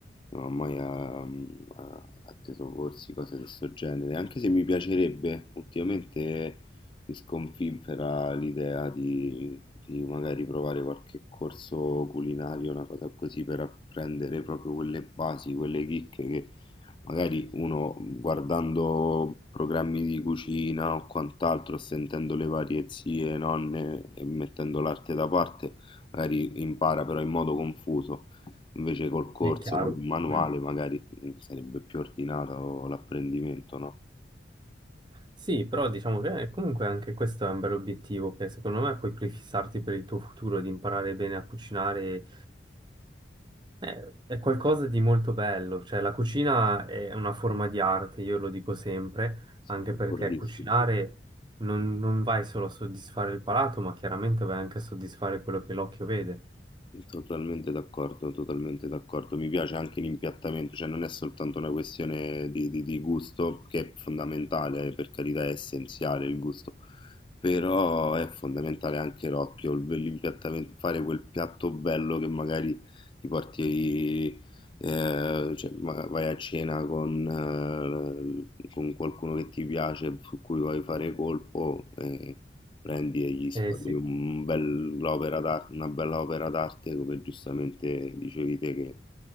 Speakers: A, on the left; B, on the right.
A: non ho mai ehm, atteso corsi, cose di questo genere, anche se mi piacerebbe, ultimamente mi sconfinfera l'idea di, di magari provare qualche corso culinario, una cosa così per apprendere proprio quelle basi, quelle chicche che magari uno guardando programmi di cucina o quant'altro, sentendo le varie zie, nonne e mettendo l'arte da parte, magari impara però in modo confuso. Invece col corso,
B: è chiaro.
A: con un manuale,
B: Mm.
A: magari mm, sarebbe più ordinato l'apprendimento, no?
B: Sì, però diciamo che comunque anche questo è un bel obiettivo che secondo me puoi prefissarti per il tuo futuro di imparare bene a cucinare Eh, È qualcosa di molto bello, cioè la cucina è una forma di arte, io lo dico sempre,
A: Sono
B: anche
A: d'accordissimo.
B: perché cucinare non, non vai solo a soddisfare il palato, ma chiaramente vai anche a soddisfare quello che l'occhio vede.
A: Totalmente d'accordo, totalmente d'accordo. Mi piace anche l'impiattamento, cioè non è soltanto una questione di, di- di gusto, che è fondamentale, eh, per carità è essenziale il gusto, però è fondamentale anche l'occhio, il- l'impiattamento, fare quel piatto bello che magari ti porti, eh, cioè, ma- vai a cena con, eh, con qualcuno che ti piace, su cui vuoi fare colpo, eh, Prendi e gli sfaturi
B: Eh sì.
A: un bell'opera d'ar- una bella opera d'arte, come giustamente dicevi te, che